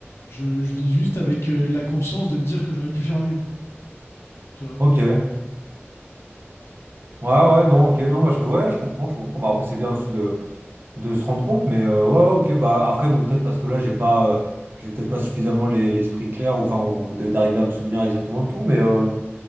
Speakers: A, on the left; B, on the right.
A: Je, je vis juste avec euh, la conscience de me dire que j'aurais pu faire mieux, tu vois.
B: Ok. Ouais, ouais, non, ok. Non, moi, je, ouais, je comprends, je comprends. Bah, après, c'est bien aussi de de se rendre compte, mais euh, ouais, ok, bah après, bon, peut-être parce que là, j'ai pas, euh, j'ai peut-être pas suffisamment les- l'esprit clair, ou enfin, ou de- d'arriver à me souvenir exactement de tout, mais, euh,